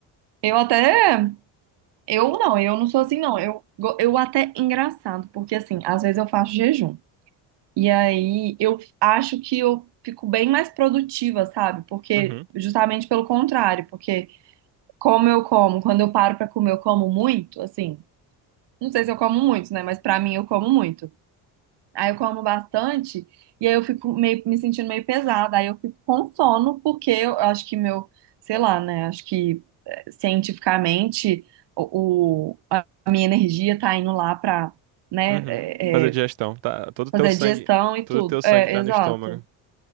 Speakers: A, on the right; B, on the right.
A: eu até. Eu não, eu não sou assim, não. Eu, go- eu até engraçado, porque assim, às vezes eu faço jejum. E aí eu acho que eu fico bem mais produtiva, sabe? Porque,
B: Uhum,
A: justamente pelo contrário, porque como eu como, quando eu paro pra comer, eu como muito, assim. Não sei se eu como muito, né? Mas pra mim eu como muito. Aí eu como bastante e aí eu fico meio, me sentindo meio pesada. Aí eu fico com sono porque eu acho que meu, sei lá, né? Acho que eh, cientificamente o, o- a minha energia tá indo lá pra, né,
B: uhum.
A: eh,
B: Fazer digestão,
A: eh,
B: tá? Todo teu
A: fazer
B: sangue,
A: digestão e
B: todo
A: tudo.
B: teu sangue
A: É,
B: tá
A: exato.
B: no estômago.